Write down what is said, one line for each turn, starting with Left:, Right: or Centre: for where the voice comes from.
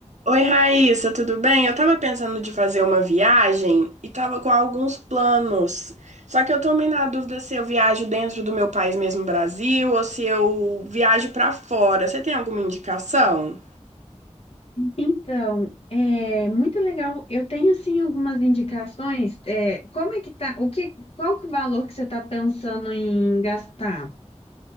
Right: Oi, Raíssa, tudo bem? Eu tava pensando de fazer uma viagem e tava com alguns planos. Só que eu tô meio na dúvida se eu viajo dentro do meu país mesmo, Brasil, ou se eu viajo pra fora. Você tem alguma indicação?
Left: Então, é muito legal. Eu tenho sim algumas indicações. É, como é que tá? O que, qual que é o valor que você está pensando em gastar?